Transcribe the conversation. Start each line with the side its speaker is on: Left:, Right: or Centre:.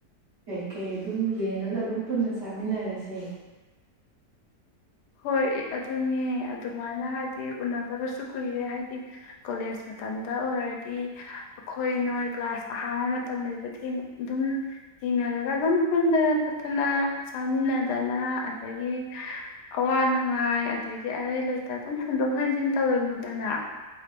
Right: ꯀꯩꯀꯩ ꯑꯗꯨꯝ ꯌꯦꯡꯉꯒ ꯑꯗꯨꯝ ꯄꯨꯟꯅ ꯆꯥꯃꯤꯟꯅꯔꯁꯦ
Left: ꯍꯣꯏ ꯑꯗꯨꯅꯦ ꯑꯗꯨꯃꯥꯏꯅ ꯍꯥꯏ ꯍꯥꯏꯗꯤ ꯎꯅꯗꯕꯁꯨ ꯀꯨꯏꯔꯦ ꯍꯥꯏꯗꯤ ꯀꯣꯂꯦꯖ ꯃꯇꯝꯗ ꯑꯣꯏꯔꯗꯤ ꯑꯩꯈꯣꯏ ꯅꯣꯏ ꯀ꯭ꯂꯥꯁ ꯑꯍꯥꯡꯕ ꯃꯇꯝ ꯂꯩꯕ ꯑꯗꯨꯝ ꯊꯦꯡꯅꯔꯒ ꯑꯗꯨꯝ ꯍꯦꯟꯗꯅ ꯄꯨꯟꯗꯅ ꯈꯣꯠꯇꯅ ꯆꯥꯃꯤꯟꯅꯗꯅ ꯑꯗꯒꯤ ꯑꯋꯥ ꯅꯨꯡꯉꯥꯏ ꯑꯗꯒꯤ ꯑꯔꯩ ꯂꯩꯇ ꯑꯗꯨꯝ ꯍꯟꯗꯣꯛ ꯍꯦꯟꯖꯤꯟ ꯇꯧꯔꯅꯤꯗꯅ